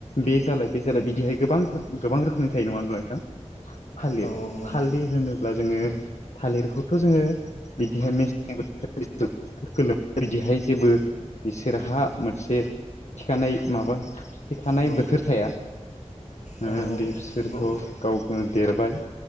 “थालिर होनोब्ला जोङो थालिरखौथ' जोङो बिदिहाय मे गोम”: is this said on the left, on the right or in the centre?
Left